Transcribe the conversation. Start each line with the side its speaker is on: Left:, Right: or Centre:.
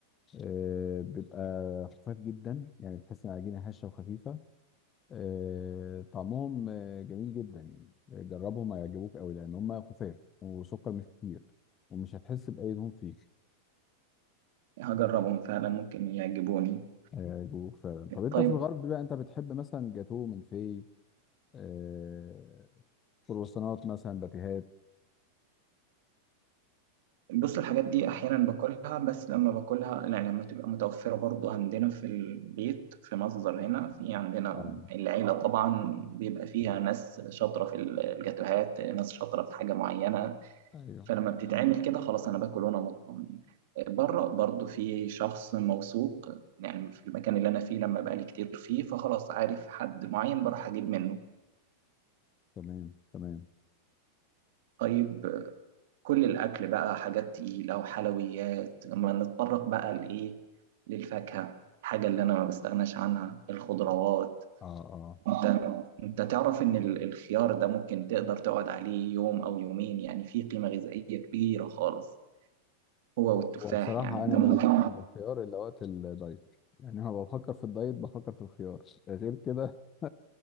Left: آه، بيبقى خفيف جدا يعني بتحس ان العجينه هشه وخفيفه آه، طعمهم آه، جميل جدا يعني جربهم هيعجبوك قوي لان هما خفاف وسكر مش كتير ومش هتحس باي دهون فيه
Right: هجربهم فعلا ممكن يعجبوني
Left: هيعجبوك فعلا طب انت
Right: طيب
Left: في الغرب بقى انت بتحب مثلا جاتوه من في آه، كرواسونات مثلا باتيهات
Right: بص الحاجات دي احيانا باكلها بس لما باكلها يعني لما تبقى متوفره برضو عندنا في البيت في مصدر هنا في عندنا
Left: اه
Right: العيله طبعا بيبقى فيها ناس شاطره في الجاتوهات ناس شاطره في حاجه معينه
Left: ايوه
Right: فلما بتتعمل كده خلاص انا باكل وانا مطمن بره برضو في شخص موثوق يعني في المكان اللي انا فيه لما بقالي كتير فيه فخلاص عارف حد معين بروح اجيب منه
Left: تمام تمام
Right: طيب كل الأكل بقى حاجات تقيلة وحلويات ما نتطرق بقى لإيه للفاكهة الحاجة اللي أنا ما بستغناش عنها الخضروات
Left: اه اه
Right: أنت أنت تعرف إن ال- الخيار ده ممكن تقدر تقعد عليه يوم أو يومين يعني فيه قيمة غذائية كبيرة خالص هو والتفاح
Left: وبصراحة
Right: يعني أنت
Left: أنا
Right: ممكن
Left: ما باجيش عند الخيار إلا وقت الدايت يعني أنا بفكر في الدايت بفكر في الخيار غير كده <laughs>